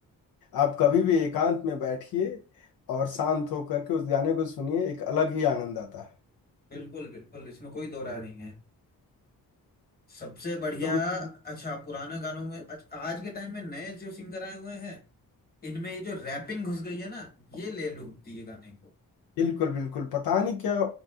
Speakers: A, on the left; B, on the left.
A: आप कभी भी एकांत में बैठिए और शांत होकर के उस गाने को सुनिए एक अलग ही आनंद आता है
B: बिल्कुल बिल्कुल इसमें कोई दो राय नहीं है सबसे बढ़िया
A: तो
B: अच्छा पुराने गानों में अच्छा, आज के टाइम में नए जो सिंगर आए हुए हैं इनमें ये जो रैपिंग घुस गई है ना ये ले डूबती है गाने को
A: बिल्कुल बिल्कुल पता नहीं क्या